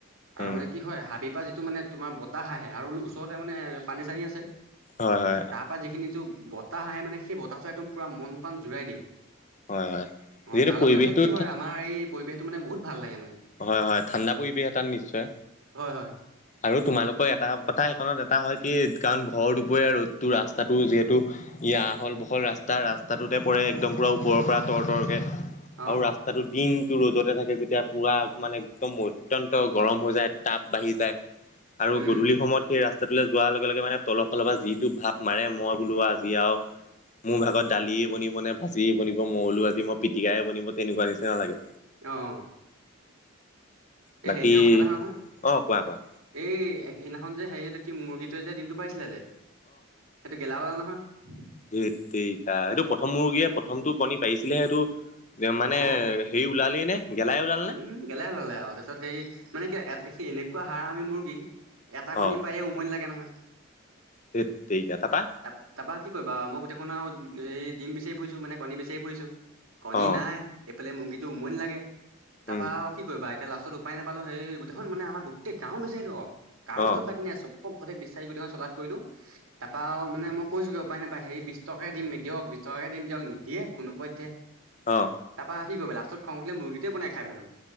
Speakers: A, on the right; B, on the left.
A: আৰু
B: উম
A: মানে কি হয় হাবি। পৰা যিটো মানে তোমাৰ বতাহ আহে আৰু ওচৰতে মানে পানী চানী আছে।
B: হয় হয়
A: তাৰ পৰা যিখিনিতটো বতাহ আহে মানে সেই বতাহটো একদম পুৰা মন পাান জোৰাই দিয়ে।
B: হয় হয়
A: অ
B: যিহেতু
A: তাৰ
B: পৰিৱেশটো
A: লগতে মানে কি হয় আমাৰ এই পৰিৱেশটো মানে বহুত ভাল লাগে মানে।
B: হয় হয় ঠাণ্ডা পৰিৱেশ এটাত নিশ্চয়।
A: হয় হয়।
B: আৰু তোমালোকৰ এটা কথা সেইখনত এটা হয় কি কাৰণ ভৰ দুপৰীয়া ৰ'দটো ৰাস্তাটো যিহেতু। আহল বহল ৰাস্তা ৰাস্তাটোতে পৰে একদম পূৰা ওপৰৰ পৰা তৰ তৰকৈ।
A: অ'
B: আৰু ৰাস্তাটো দিনতটো ৰ'জতে থাকে যেতিয়া। পূৰা মানে একদম অত্যন্ত গৰম হৈ যায় টাব বাঢ়ি যায়।। আৰু
A: উম
B: গধূলি সময়ত সেই ৰাস্তা। স্তটো যোৱাৰ লগে লগে মানে তলৰ ফালৰ পৰা যিটো ভাৱ মাৰে মই বোলোৱা যি আৰু। মোৰ ভাগত দালিয়ে বনিব নে ভাজিয়ে বনিব মইলো আজি মই। পিটিকাই বনিব তেনেকুৱা নিচিনা লাগে।
A: অ'
B: বাকী
A: এই হেৰিদিনাখন কথা এটা শুনাচোন
B: অ কোৱা কোৱা
A: এই সেইদিনাখন যে হেৰি। কি মুৰ্গীটোৱে যে দিমটো পাৰিছিলে যে সেইটো গেলাা ওলালে নহয়।
B: ধেৎ তেৰিগাসেইটো প্ৰথম মৰ্গীয়ে প্ৰথমটো কণী পাৰিছিলেহে সেইটো। মানে
A: অ'
B: সেই ওলালি নে। গেলাই ওলাল নে
A: উম গেলা জালে আৰু তাৰ পিছত সেই মানে কি সেই এনেকুৱা হাৰ় আমি মুৰ্গী। এটা কণী
B: অ
A: পায় উমনি লাগে নহয়।
B: ধেত তেৰিকা তাৰপা
A: ত তাৰপা কি কৰিবা মোক দেখোন আৰু। হ ডিম বিচাৰি ফুৰিছোঁ মানে কণী বিচাৰি ফুৰিছোঁ কণী
B: অ
A: নাই এইফালে মুৰ্গীটো উমনি লাগে। তাৰপা
B: উম
A: কি কৰিবা এতিয়া লাষ্টত উপায় নাপালো সেই গোটেইখন মানে আমাৰ গোটেই গাঁও বিচাৰিলো অ। কাৰো
B: অ
A: ঘৰত বাকিনাই চব। প ঘৰতে বিচাৰি গোটেইখন চলা কৰিো তাৰাও মানে মই কৈছো গৈ উপায় নাপায় হেৰি বিশছ টকে দিম দিয়ক। চৰকৈ দিম দিয়ক নিদিয়ে কোনো পধ্যে।
B: অ।
A: তাৰপৰা কি কৰিব লষ্টত খং ম মুৰগেটোৱা বনাইেলালো।